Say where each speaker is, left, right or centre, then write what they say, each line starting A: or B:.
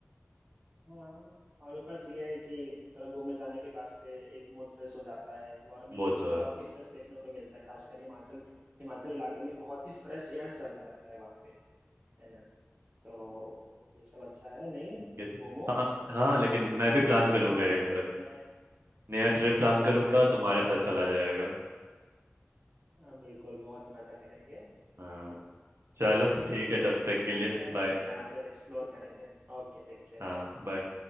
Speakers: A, on the right; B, on the right.
A: हाँ और ऊपर से ये है कि थोड़ा घूमने जाने के बाद से एक मूड फ्रेश हो जाता है एनवायरनमेंट
B: वो
A: फिर
B: तो
A: बहुत
B: है
A: ही फ्रेश देखने को मिलता है खासकर हिमाचल हिमाचल इलाके में बहुत ही फ्रेश एयर चलता रहता है वहाँ पे है ना तो ये सब अच्छा है नहीं
B: ये सब
A: घूमो
B: हाँ
A: और
B: हाँ लेकिन मैं भी
A: ट्राई
B: प्लान
A: करो
B: करूँगा
A: नया
B: एक बार
A: नया
B: नया ट्रिप प्लान
A: हाँ
B: करूँगा
A: नया नया
B: तुम्हारे साथ
A: जगह
B: चला जाएगा
A: हाँ, बिल्कुल बहुत मजा करेंगे
B: हाँ चलो
A: और, अ,
B: ठीक है तब
A: हम लोग
B: तक के
A: घूमते
B: लिए
A: हैं
B: बाय
A: नया फिर एक्सप्लोर करेंगे ओके टेक केयर
B: हाँ
A: भाई
B: बाय